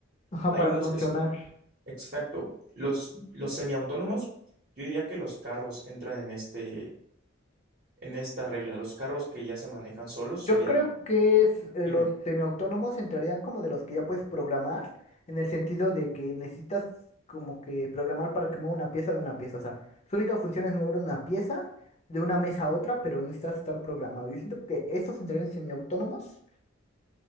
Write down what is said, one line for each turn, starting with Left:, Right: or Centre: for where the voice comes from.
Left: Ajá,
Right: Hay
Left: para
Right: unos
Left: funcionar.
Right: que son Exacto. Los, los semiautónomos, yo diría que los carros entran en este, en esta regla. Los carros que ya se manejan solos
Left: Yo
Right: serían,
Left: creo que es, eh,
Right: dime,
Left: los semiautónomos entrarían como de los que ya puedes programar, en el sentido de que necesitas como que programar para que mueva una pieza de una pieza. O sea, su única función es mover una pieza de una mesa a otra, pero necesitas estar programado. Yo siento que estos entrarían en semiautónomos.